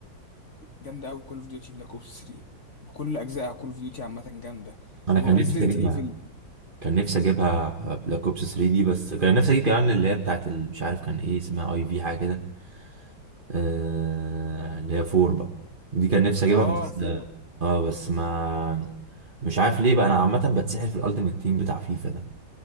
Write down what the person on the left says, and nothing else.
جامده قوي كول اوف ديوتي بلاك اوبس 3 بكل اجزائها كول اوف ديوتي عامه جامده
وريزيدنت
ايفل
اه
4